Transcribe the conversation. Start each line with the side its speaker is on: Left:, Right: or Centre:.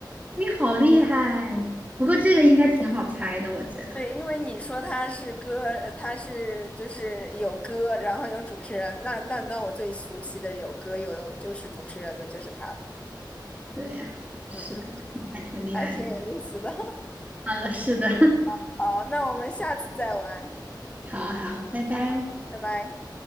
Right: 你好厉害，不过这个应该挺好猜的，我觉得。
Left: 对，因为你说他是歌，呃他是就是有歌，然后有主持人，那那那我最熟悉的有歌又有就是主持人的就是他了。
Right: 对呀，是的，
Left: 嗯嗯，
Right: 还挺厉害的。
Left: 还挺有意思的。
Right: 呃，是的，
Left: <laughs> 好，那我们下次再玩。
Right: <laughs> 好好，拜拜。
Left: 啊哈，拜拜。